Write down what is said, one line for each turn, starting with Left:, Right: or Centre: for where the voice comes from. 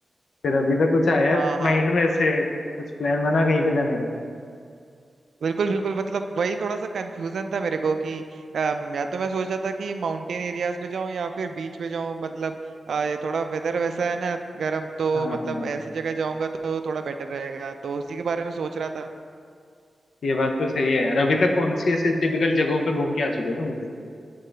Left: फिर अभी तक कुछ आया
Right: हाँ हाँ
Left: माइंड में ऐसे कुछ प्लान बना कहीं पे जाने का
Right: बिल्कुल बिल्कुल मतलब वही थोड़ा सा कंफ्यूजन था मेरे को कि अम, या तो मैं सोच रहा था कि माउंटेन एरियाज पे जाऊं या फिर बीच पे जाऊं मतलब अ, ये थोड़ा वेदर वैसा है ना गर्म तो
Left: हाँ हाँ,
Right: मतलब ऐसी जगह जाऊंगा तो थोड़ा बेटर रहेगा तो उसी के बारे में सोच रहा था
Left: ये बात तो सही है यार अभी तक कौन सी ऐसे टिपिकल जगहों पे घूम के आ चुके हो तुम